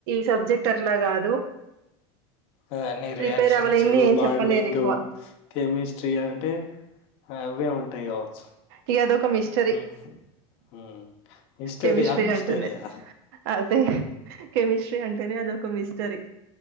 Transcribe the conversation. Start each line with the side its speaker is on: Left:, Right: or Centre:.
Right: సబ్జెక్ట్ అట్లా కాదు
Left: ఆ అన్ని రియాక్షన్సు
Right: ప్రిపేర్ అవ్వలేంది ఏం
Left: బాండింగ్
Right: చెప్పలేరు ఎక్కువ
Left: కెమిస్ట్రీ అంటే ఆ అవే ఉంటాయ్ కావచ్చు
Right: ఇక అదొక మిస్టరీ
Left: ఉమ్ ఉమ్ హిష్టరియా
Right: కెమిస్ట్రీ
Left: మిష్టరియా
Right: అంటేనే అదే కెమిస్ట్రీ అంటేనే అదొ ఒక మిస్టరీ